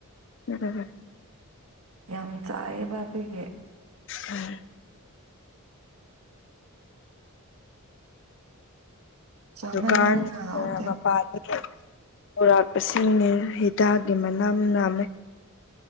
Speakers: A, on the left (about 55°); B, on the right (about 80°).
A: <unintelligible>
B: ꯌꯥꯝ ꯆꯥꯏꯌꯦꯕ ꯑꯗꯨꯒꯤ
A: ꯎꯝ
B: ꯆꯥꯃꯟꯗꯅ
A: ꯗꯨꯀꯥꯟ
B: ꯍꯥꯎꯇꯦ
A: <unintelligible> ꯄꯥꯇ꯭ꯔꯀꯩ ꯄꯨꯔꯥꯛꯄꯁꯤꯡꯅꯤ ꯍꯤꯗꯥꯛꯒꯤ ꯃꯅꯥꯝ ꯅꯥꯝꯃꯦ